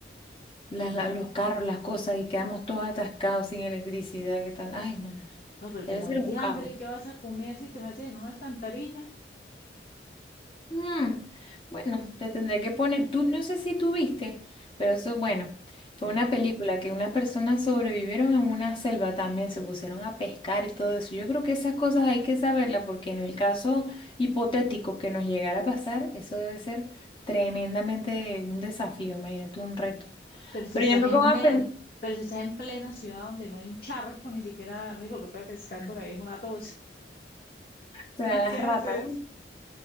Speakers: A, on the left; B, on the left.
A: las, la-
B: Y-
A: los carros, las cosas y quedamos todos atascados sin electricidad, ¿qué tal? Ay, no, no, no, no.
B: No, pero
A: Debe
B: te mueres
A: ser un
B: de
A: caos.
B: hambre y qué vas a comer si te metes en una alcantarilla.
A: Mm, bueno, te tendré que poner, tú no sé si tuviste, pero eso, bueno, fue
B: ¿Qué?
A: una película que unas personas sobrevivieron en una selva también, se pusieron a pescar y todo eso. Yo creo que esas cosas hay que saberlas porque en el caso hipotético que nos llegara a pasar, eso debe ser tremendamente un desafío, imagínate, un reto.
B: Pero si
A: Pero
B: estás
A: ya me
B: en
A: pongo a
B: medio,
A: pensar,
B: pero si estás en plena ciudad donde no hay un charco, ni siquiera lo único que puede pescar
A: <laughs> o
B: por ahí es una tos.
A: sea,
B: <laughs>
A: las
B: ¿Qué
A: ratas.
B: haces?